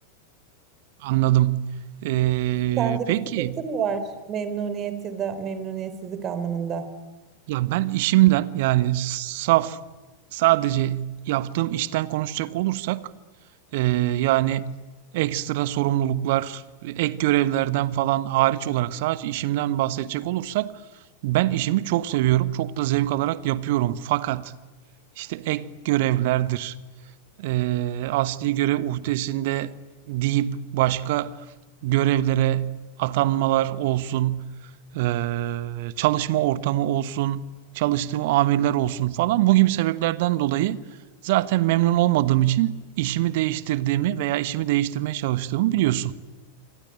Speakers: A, on the right (about 50°); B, on the right (about 30°).
A: Anladım. Eee,
B: Sende
A: peki
B: bir sıkıntı mı var memnuniyet ya da memnuniyetsizlik anlamında?
A: ya ben işimden yani saf sadece yaptığım işten konuşacak olursak Ee, yani ekstra sorumluluklar, ek görevlerden falan hariç olarak sadece işimden bahsedecek olursak ben işimi çok seviyorum. Çok da zevk alarak yapıyorum. Fakat işte ek görevlerdir eee asli görev uhdesinde deyip başka görevlere atanmalar olsun, eee, çalışma ortamı olsun, çalıştığım amirler olsun falan bu gibi sebeplerden dolayı zaten memnun olmadığım için işimi değiştirdiğimi veya işimi değiştirmeye çalıştığımı biliyorsun.